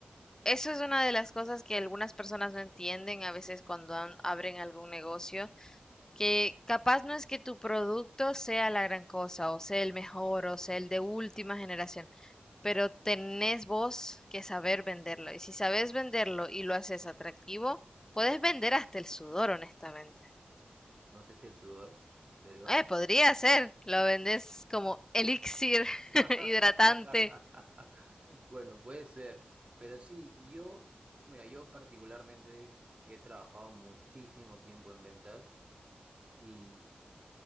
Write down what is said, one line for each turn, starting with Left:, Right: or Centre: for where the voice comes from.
Left: Eso es una de las cosas que algunas personas no entienden a veces cuando an- abren algún negocio, que capaz no es que tu producto sea la gran cosa o sea el mejor o sea el de última generación, pero tenés vos que saber venderlo y si sabes venderlo y lo haces atractivo, puedes vender hasta el sudor, honestamente.
Right: No sé si el sudor, pero...
Left: Eh, podría ser, lo vendes como elixir <laughs>
Right: <laughs>
Left: hidratante.
Right: Bueno, puede ser. Pero sí, y yo, mira, yo particularmente he trabajado muchísimo tiempo en ventas y